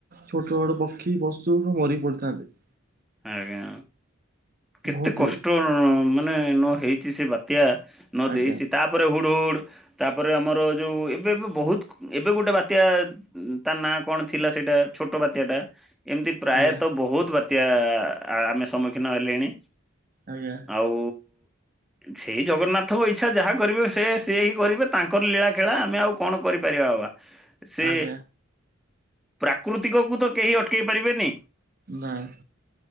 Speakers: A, on the right; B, in the centre.
A: ଛୋଟ ଛୋଟ ପକ୍ଷୀ ପଶୁ ମରି ପଡିଥାନ୍ତି।
B: ଆଜ୍ଞା କେତେ
A: ବହୁତ
B: କଷ୍ଟ। ମାନେ ନ ହେଇଛି ସେ ବାତ୍ୟା ନ
A: ଆଜ୍ଞା
B: ଦେଇଛି ତା ତାପରେ ହୁଡ଼ ହୁଡ଼ ତାପରେ ଆମର ଯୋଉ ଏବେ ବହୁତ ଏବେ ଗୋଟେ ବାତ୍ୟା ତା ନା କଣ ଥିଲା ସେଇଟା ଛୋଟ ବାତ୍ୟା ଟା। ଏମିତି ପ୍ରାୟତଃ
A: ଆଜ୍ଞା
B: ବହୁତ ବାତ୍ୟା ତ୍ୟା ଆମେ ସମ୍ମୁଖୀନ ହେଲେଣି।
A: ଆଜ୍ଞା
B: ଆଉ ସେଇ ଜଗନ୍ନାଥଙ୍କ ଇଚ୍ଛା ଯାହା କରିବେ ସେ ସିଏ ହିଁ କରିବେ। ତାଙ୍କର ଲୀଳାଖେଳା ଆମେ ଆଉ କଣ କରିପାରିବା ବାବା? ସେ
A: ଆଜ୍ଞା
B: ପ୍ରାକୃତିକକୁ ତ କେହି ଅଟକେଇ ପାରିବେନି।
A: ନାଇଁ।